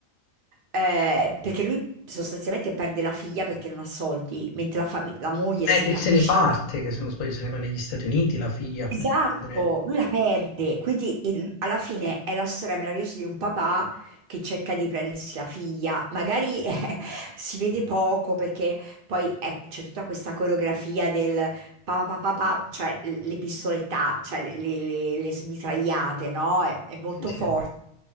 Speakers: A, on the right; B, on the left.
A: Eh, perché lui sostanzialmente perde la figlia perché non ha soldi, mentre la, fami- la moglie
B: È
A: si
B: che
A: capisce.
B: se ne parte, che se non sbaglio se ne va negli Stati Uniti, la figlia,
A: Esatto,
B: con la madre.
A: lui la perde, quindi il- alla fine è la storia meravigliosa di un papà che cerca di prendersi la figlia, magari <laughs> eh, si vede poco perché poi eh, c'è tutta questa coreografia del papà papà, cioè le pistoletta, cioè le, le- le- le smitragliate, no? È, è molto
B: Sì, sì.
A: forte.